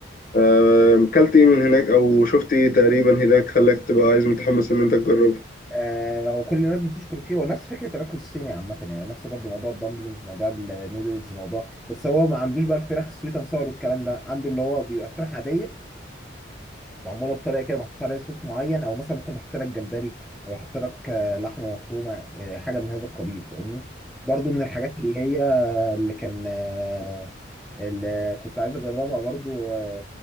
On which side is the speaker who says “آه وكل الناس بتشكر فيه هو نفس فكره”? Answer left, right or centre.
Centre